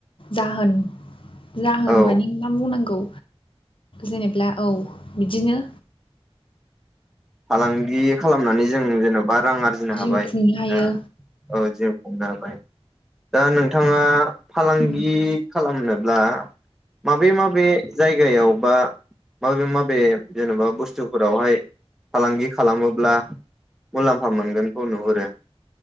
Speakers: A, on the left; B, in the centre.
A: जाहोन, जाहोन
B: औ
A: माने मा बुंनांगौ जेनेब्ला औ बिदिनो।
B: फालाांगि खालामनानै जों जेन'बा रां आरजिनो
A: जिउ
B: हाबाय
A: खुंनो हायो
B: ओ औ जिउ खुंनो हाबाय। दा नोंथाङा फालांगि
A: उम,
B: खालामनोब्ला माबे माबे जायगायाव बा माबे माबे जेनेबा बुस्थुफोरावहाय फालांगि खालामोब्ला मुलाम्फा मोनगोनखौ नुहुरो?